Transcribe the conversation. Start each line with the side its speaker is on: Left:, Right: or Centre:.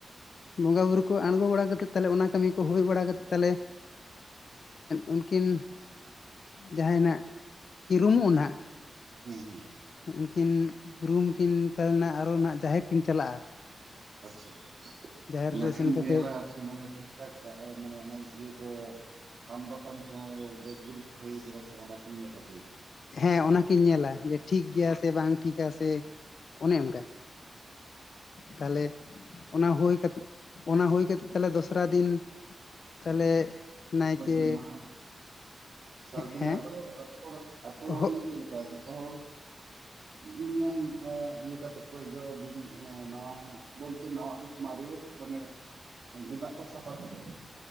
Left: ᱵᱚᱸᱜᱟ ᱵᱩᱨᱩ ᱠᱚ ᱟᱬᱜᱚ ᱵᱟᱲᱟ ᱠᱟᱛᱮ ᱛᱟᱦᱚᱞᱮ ᱚᱱᱟ ᱠᱟᱹᱢᱤ ᱠᱚ ᱦᱩᱭ ᱵᱟᱲᱟ ᱠᱟᱛᱮ ᱛᱟᱦᱚᱞᱮ ᱩᱱᱠᱤᱱ ᱡᱟᱦᱟᱸᱭ ᱱᱟᱜ ᱠᱤ ᱨᱩᱢᱩᱜ ᱱᱟᱦᱟᱜ
Right: ᱦᱩᱸ ᱦᱩᱸ
Left: ᱩᱱᱠᱤᱱ ᱨᱩᱢ ᱠᱤᱱ ᱛᱟᱦᱚᱞᱮ ᱱᱟᱜ ᱟᱨ ᱦᱚᱸ ᱱᱟᱜ ᱡᱟᱦᱮᱨ ᱠᱤᱱ ᱪᱟᱞᱟᱜᱼᱟ
Right: ᱟᱪᱪᱷᱟ,
Left: ᱡᱟᱦᱮᱨ
Right: ᱚᱱᱟ
Left: ᱨᱮ
Right: ᱠᱤᱱ
Left: ᱥᱮᱱ ᱠᱟᱛᱮᱫ
Right: ᱧᱮᱞᱟ ᱢᱟᱱᱮ ᱴᱷᱤᱠ ᱴᱷᱟᱠ ᱢᱟᱱᱮ ᱚᱱᱟ ᱤᱭᱟᱹ ᱠᱚ ᱛᱷᱟᱱ ᱵᱟᱛᱷᱟᱱ ᱠᱚ ᱦᱚᱸ ᱜᱮᱡ ᱜᱩᱨᱤᱡ ᱦᱩᱭ ᱟᱠᱟᱱᱟ ᱥᱮ ᱵᱟᱝ ᱚᱱᱟ ᱠᱤᱱ ᱧᱮᱞ ᱟᱹᱜᱩᱭᱟ
Left: ᱦᱮᱸ ᱚᱱᱟᱠᱤᱱ ᱧᱮᱞᱟ ᱡᱮ ᱴᱷᱤᱠ ᱜᱮᱭᱟ ᱥᱮ ᱵᱟᱝ ᱴᱷᱤᱠᱟ ᱥᱮ ᱚᱱᱮ ᱚᱱᱠᱟ ᱛᱟᱦᱚᱞᱮ ᱚᱱᱟ ᱦᱩᱭ ᱠᱟᱛᱮ ᱚᱱᱟ ᱦᱩᱭ ᱠᱟᱛᱮᱫ ᱛᱟᱦᱚᱞᱮ ᱫᱚᱥᱨᱟ ᱫᱤᱱ ᱛᱟᱦᱚᱞᱮ ᱱᱟᱭᱠᱮ
Right: ᱥᱟᱹᱨᱫᱤ ᱢᱟᱦᱟ ᱥᱟᱹᱨᱫᱤ
Left: ᱦᱮᱸ
Right: ᱢᱟᱦᱟ ᱫᱚ ᱟᱛᱩ
Left: ᱦᱚᱜ
Right: ᱦᱚᱲ ᱢᱟᱱᱮ ᱪᱮᱫ ᱞᱮᱠᱟ ᱡᱚᱛᱚ ᱦᱚᱲ ᱱᱤᱭᱚᱢ ᱤᱭᱟᱹ ᱠᱟᱛᱮ ᱠᱚ ᱵᱤᱱ ᱱᱟᱣᱟ ᱵᱚᱞᱛᱮ ᱱᱟᱣᱟ ᱦᱳᱠ ᱢᱟᱨᱮ ᱦᱳᱠ ᱢᱟᱱᱮ ᱜᱮᱸᱫᱟᱜ ᱠᱚ ᱥᱟᱯᱷᱟ ᱠᱟᱛᱮ